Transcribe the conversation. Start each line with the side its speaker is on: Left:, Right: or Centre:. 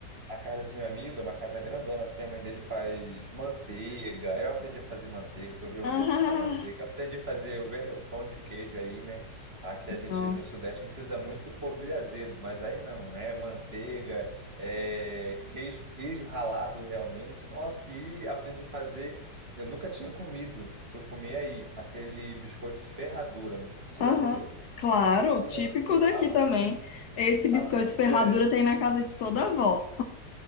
Right: A casa desse meu amigo é uma casa grandona, assim, a mãe dele faz manteiga. Eu aprendi a fazer manteiga, eu vi um
Left: Ah,
Right: jeito que faz manteiga. Aprendi a fazer o, ver- o pão de queijo aí, né? Aqui a gente,
Left: nossa.
Right: no Sudeste, a gente usa muito polvilho azedo, mas aí não, é manteiga, é queijo, queijo ralado realmente. Nossa, e aprendi a fazer, eu nunca tinha comido, eu fui comer aí, aquele biscoito ferradura, não sei se você
Left: Aham.
Right: já comeu.
Left: Claro,
Right: Pronto,
Left: típico daqui
Right: a-
Left: também. Esse biscoito
Right: aprendi
Left: ferradura
Right: aí.
Left: tem na casa de toda avó.